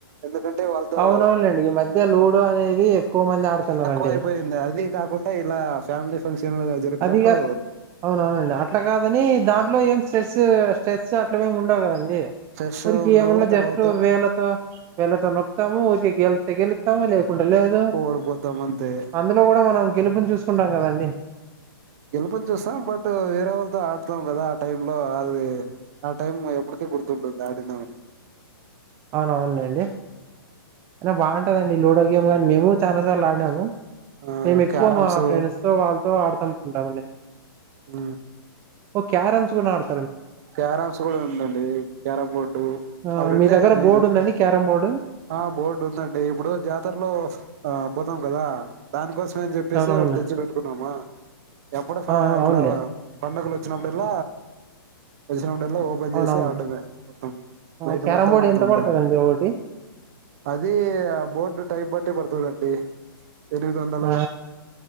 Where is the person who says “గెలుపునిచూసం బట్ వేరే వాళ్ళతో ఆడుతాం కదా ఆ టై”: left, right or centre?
Right